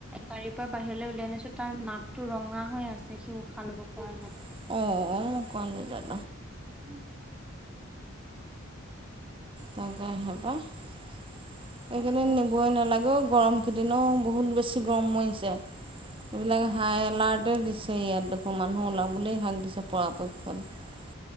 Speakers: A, in the centre; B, on the right.
A: গাড়ীৰ পৰা বাহিৰলৈ উলাই আনিছো তাৰ নাকতটো ৰঙা হৈ আছে সি উশাহ লব পৰা নাই
B: <inaudible>
A: মই
B: তাকে সেপ এইকেইদিন
A: কৈছো
B: নিবই নালাগেও গৰমকেইদিনো বহুত বেছি গৰম হৈছে। এইবিলাক
A: তাকে
B: হাই এলাৰ্টেই দিছে ইয়াত দেখোন মানুহ ওলাবলৈ শাক দিছে পৰাপক্ষত